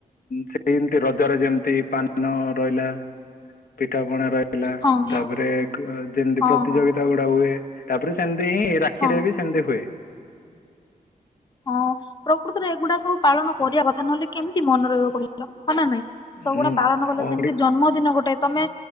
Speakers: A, on the left; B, on the left.
A: ସେମତି ରଜରେ ଯେମିତି ପାନ ରହିଲା। ପିଠା ପଣା ରହିଲା
B: ହଁ
A: ତାପରେ
B: ହଁ
A: ଯେମିତି
B: ହଁ
A: ପ୍ରତିଯୋଗିତା
B: ହଁ
A: ଗୁଡା ହୁଏ ତାପରେ ସେମିତି ହିଁ ରାକ୍ଷୀରେ
B: ହଁ
A: ବି ସେମିତି ହୁଏ।
B: ହଁ ପ୍ରକୃତରେ ଏଗୁଡା ସବୁ ପାଳନ କରିବା କଥା ନହେଲେ କେମିତି ମନେ ରହିବ କହିଲ। ହଁ ନା ନାହିଁ ସବୁଗୁଡା
A: ହୁଁ
B: ପାଳନକଳେ
A: ଓଡି
B: ଯେମିତି ଜନ୍ମଦିନ ଗୋଟେ। ତମେ